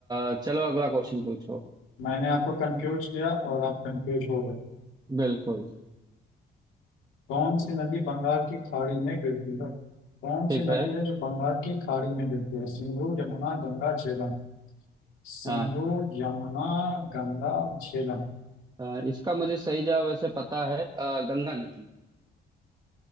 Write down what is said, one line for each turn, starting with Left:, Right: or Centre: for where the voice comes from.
Right: अ, चलो अगला क्वेश्चन पूछो
Left: मैंने आपको कंफ्यूज किया और आप कंफ्यूज हो गए
Right: बिल्कुल
Left: कौन सी नदी बंगाल की खाड़ी में गिरती है कौन
Right: ठीक
Left: सी नदी
Right: है
Left: है जो बंगाल की खाड़ी में गिरती है सिंधु यमुना गंगा झेलम सिंधु
Right: हाँ,
Left: यमुना गंगा झेलम
Right: अ, इसका मुझे सही जवाब वैसे पता है अ, गंगा नदी